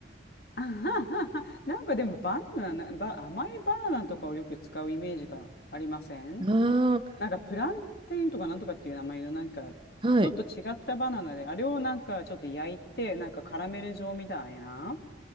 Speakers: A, on the left; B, on the right.
A: <laughs> あはははなんかでもバナナ、ば甘いバナナとかをよく使うイメージがありません
B: あ
A: なんかプランティンとかなんとかっていう名前のなんかちょっと違ったバナナで、
B: あ、はい。
A: あれをなんかちょっと焼いて、なんかカラメル状みたいな。